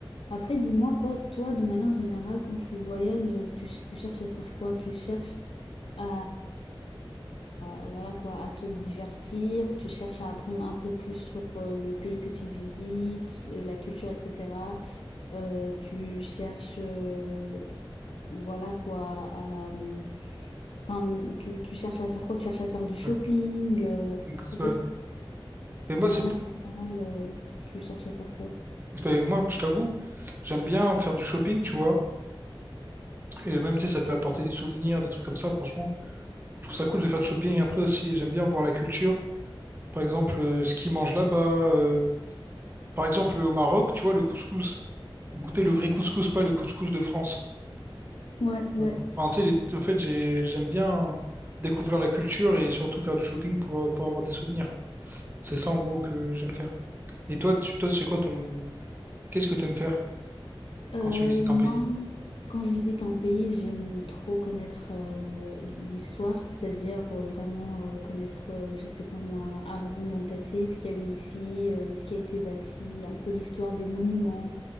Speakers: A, on the left; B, on the right.
A: Après, dis-moi quoi, toi, de manière générale, quand tu voyages, tu, tu cherches à faire quoi? Tu cherches à, à- à- voilà quoi, à te divertir, tu cherches à apprendre un peu plus sur euh, le pays que tu visites, euh, la culture, etc. Euh, tu cherches, euh, voilà quoi, à, euh, enfin, tu, tu cherches à faire quoi? Tu cherches à faire du shopping.
B: Ouais.
A: euh,
B: Ex-
A: en fait,
B: ouais. Mais
A: de
B: moi,
A: manière
B: c'est,
A: générale, euh, tu cherches à faire quoi?
B: mais moi, je t'avoue, j'aime bien faire du shopping, tu vois, et même, tu sais, ça peut apporter des souvenirs, des trucs comme ça, franchement. Je trouve ça cool de faire du shopping après aussi. J'aime bien voir la culture. Par exemple, euh, ce qu'ils mangent là-bas. euh, par exemple, au Maroc, tu vois, le couscous. Goûter le vrai couscous, pas le couscous de France.
A: Ouais, ouais.
B: Enfin, tu sais, les- en fait, j'ai- j'aime bien découvrir la culture et surtout faire du shopping pour, euh, pour avoir des souvenirs. C'est ça, en gros, que j'aime faire. Et toi, tu, toi, c'est quoi ton... Qu'est-ce que t'aimes faire?
A: Euh,
B: quand tu visites
A: moi,
B: un pays?
A: quand je visite un pays, j'aime trop connaître euh, l'histoire, c'est-à-dire euh, vraiment euh, connaître, euh, je sais pas moi, avant dans le passé, ce qu'il y avait ici, euh, ce qui a été bâti, un peu l'histoire des monuments.